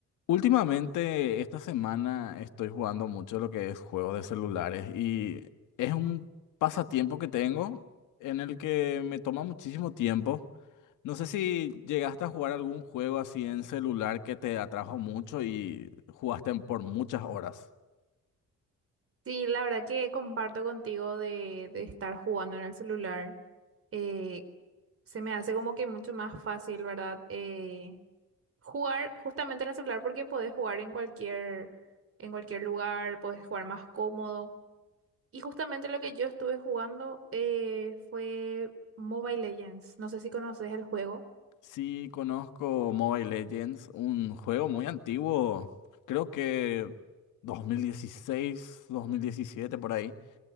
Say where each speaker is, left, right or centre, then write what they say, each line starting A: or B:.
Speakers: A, on the left; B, on the right.
A: Últimamente, esta semana estoy jugando mucho lo que es juego de celulares y es un pasatiempo que tengo en el que me toma muchísimo tiempo. No sé si llegaste a jugar algún juego así en celular que te atrajo mucho y jugaste por muchas horas.
B: Sí, la verdad que comparto contigo de, de estar jugando en el celular. Eh, se me hace como que mucho más fácil, ¿verdad? Eh, jugar justamente en el celular porque podés jugar en cualquier, en cualquier lugar, podés jugar más cómodo. Y justamente lo que yo estuve jugando eh, fue Mobile Legends. No sé si conoces el juego.
A: Sí, conozco Mobile Legends, un juego muy antiguo, creo que dos dos mil dieciséis, dos mil diecisiete por ahí